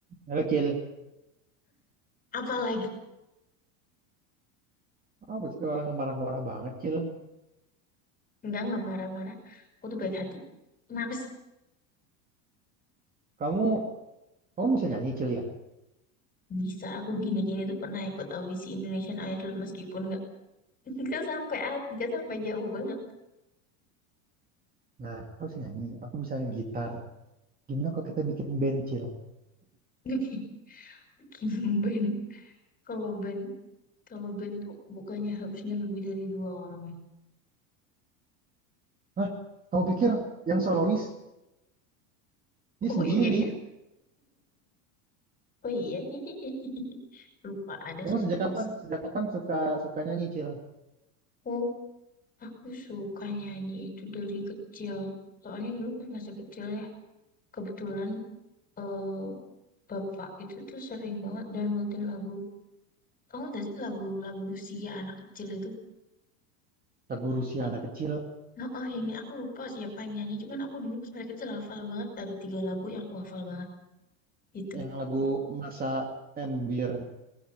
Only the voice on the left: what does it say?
apalagi
enggak enggak marah-marah aku tuh baik hati kenapa sih
bisa aku gini-gini tuh pernah ikut audisi Indonesian Idol meskipun enggak <laughs> enggak sampai at enggak sampai jauh banget
<laughs> bikin band kalau band kalau band tuh bukannya harusnya lebih dari dua orang ya
oh
iya ya oh iya <laughs> lupa ada
Sulawesi
oh aku suka nyanyi itu dari kecil soalnya dulu pas masih kecil ya kebetulan eh bapak itu tuh sering banget downloadin lagu. Tahu nggak sih lagu-lagu Rusia anak kecil itu?
Tahu?
Nah, ah, ini aku lupa siapa yang nyanyi. Cuman aku dulu pas mereka kecil hafal banget. Ada tiga lagu yang aku hafal banget. Gitu.
Itu